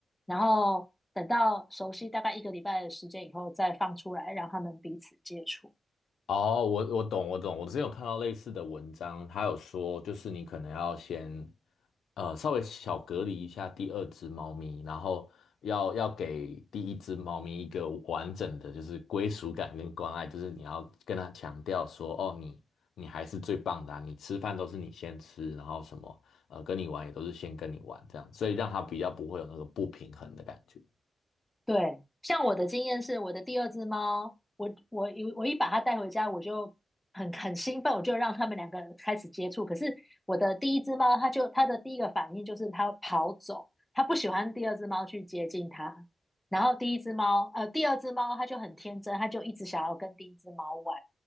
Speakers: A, in the centre; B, on the left.
A: 然后等到熟悉大概一个礼拜的时间以后再放出来，让它们彼此接触。
B: 哦，我我懂，我懂。我之前有看到类似的文章，他有说，就是你可能要先，呃，稍微小隔离一下第二只猫咪，然后要要给第一只猫咪一个完整的，就是归属感跟关爱，就是你要跟它强调说，哦，你你还是最棒的啊你吃饭都是你先吃，然后什么，呃，跟你玩也都是先跟你玩这样，所以让它比较不会有那个不平衡的感觉。
A: 对，像我的经验是，我的第二只猫，我我一我一把它带回家，我就很很兴奋，我就让他们两个开始接触。可是我的第一只猫，它就它的第一个反应就是它跑走，它不喜欢第二只猫去接近它。然后第一只猫，呃，第二只猫它就很天真，它就一直想要跟第一只猫玩。